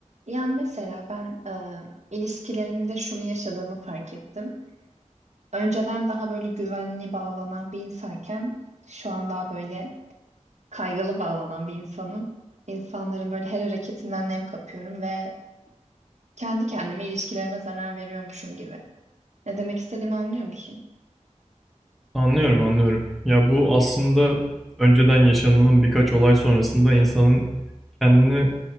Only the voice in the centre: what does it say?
Anlıyorum, anlıyorum. Ya bu aslında önceden yaşanılan birkaç olay sonrasında insanın kendini